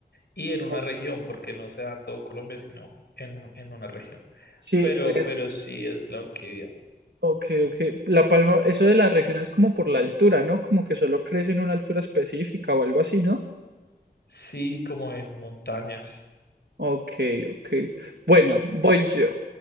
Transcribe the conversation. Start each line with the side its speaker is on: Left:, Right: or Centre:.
Left: y en una
Right: Ok,
Left: región, porque no se da en todo Colombia, sino en, en una región.
Right: Sí,
Left: Pero,
Right: es,
Left: pero sí es la orquídea.
Right: ok, ok. La palma, eso de la región es como por la altura, ¿no? Como que solo crece en una altura específica o algo así, ¿no?
Left: Sí, como en montañas.
Right: Ok, ok. Bueno, voy yo.